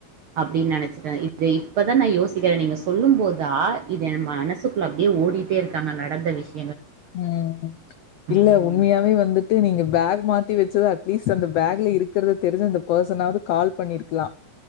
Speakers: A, on the right (about 70°); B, on the left (about 85°).
A: அப்படின்னு நினைச்சசிட்டேன் இத இப்பதான் நான் யோசிக்கிறனே நீங்க சொல்லும் போதா இத மனசுகுள்ள அப்டியே ஓடிட்டே இருக்காங்க நடந்த விஷ்
B: உம் இல்ல
A: உம்
B: உண்மையாவே வந்து <unintelligible> நீங்க பேக் மாத்தி வச்சத அட்லீஸ்ட் அந்த பேக்ல இருக்கறத தெரிஞ்சவங்களுக்கோ சொன்னாவது கால் பண்ணிருக்கலாம்